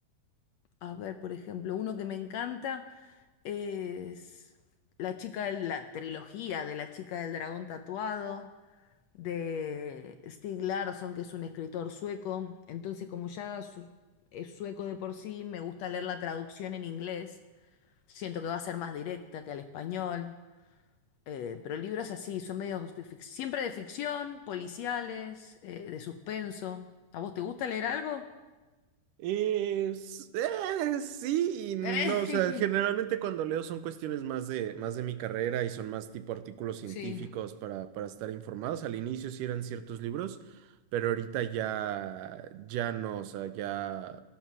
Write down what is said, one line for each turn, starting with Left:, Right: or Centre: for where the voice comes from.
Left: a ver, por ejemplo, uno que me encanta es La chica de la trilogía de La chica del dragón tatuado de Stig Larsson, que es un escritor sueco. Entonces, como ya su- es sueco de por sí, me gusta leer la traducción en inglés. Siento que va a ser más directa que al español. Eh, pero libros así, son medios de fic- siempre de ficción, policiales, eh, de suspenso. ¿A vos te gusta leer algo?
Right: Eh, s- eh, sí y no,
Left: Eh,
Right: o sea, generalmente cuando leo son cuestiones más de, más de mi carrera y son más tipo artículos científicos
Left: <laughs> Sí,
Right: para, para estar informados. Al inicio sí eran ciertos libros, pero ahorita ya, ya no, o sea, ya